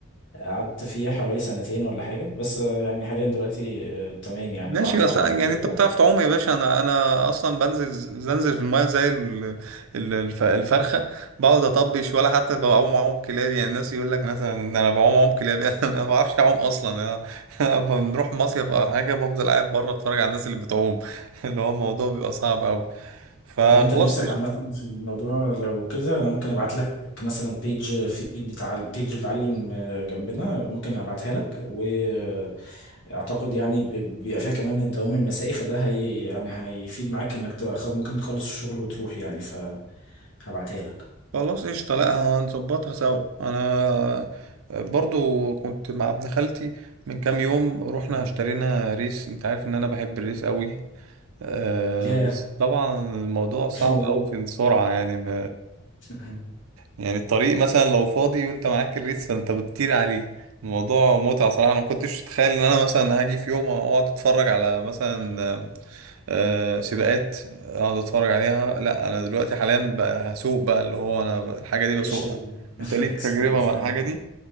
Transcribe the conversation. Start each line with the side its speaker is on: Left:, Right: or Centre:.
Left: قعدت فيها حوالي سنتين ولا حاجة بس آه، يعني حاليا دلوقتي آه، تمام يعني
Right: ماشي
Left: بعرف
Right: بس
Left: أعوم
Right: يعني
Left: وكده
Right: انت بتعرف تعوم يا باشا انا انا اصلا بنزل بنزل في المايه زي ال- ال- الف- الفرخه بقعد اطبش ولا حتى بعوم عوم كلاب يعني الناس يقول لك مثلا ان انا بعوم عوم كلاب <laughs> يعني انا ما بعرفش اعوم اصلا يعني انا أنا بنروح مصيف او حاجه بفضل قاعد بره اتفرج على الناس اللي بتعوم <laughs> اللي هو الموضوع بيبقى صعب قوي فخلاص
Left: طب وانت نفسك
Right: قشطه
Left: عامة في الموضوع لو كده انا ممكن ابعت لك مثلا بيج في بتاع بيج بتعلم آه، جنبنا ممكن ابعتها لك واعتقد يعني ب- بيبقى فيها كمان الدوام المسائي فده هي يعني هيفيد معاك انك تبقى خل- ممكن تخلص الشغل وتروح يعني فهبعتها لك
Right: خلاص قشطه لا هنظبطها سوا انا برضو كنت مع ابن خالتي من كام يوم رحنا
Left: مم.
Right: اشترينا ريس انت عارف ان انا بحب الريس قوي آه،
Left: يا
Right: بس طبعا الموضوع صعب
Left: الف مبروك
Right: أوي في السرعة يعني ب...
Left: <laughs>
Right: يعني الطريق مثلا لو فاضي وانت معاك الريس فانت بتطير عليه الموضوع متعة صراحة انا ما كنتش اتخيل ان انا مثلا هاجي في يوم اقعد اتفرج على مثلا آه، آه، سباقات اقعد اتفرج عليها لا انا دلوقتي حاليا بقى هسوق بقى اللي هو انا ب- الحاجة دي
Left: تعيش
Right: بسوقها انت ليك
Left: الاكسبيرينس
Right: تجربة مع الحاجة
Left: <laughs>
Right: دي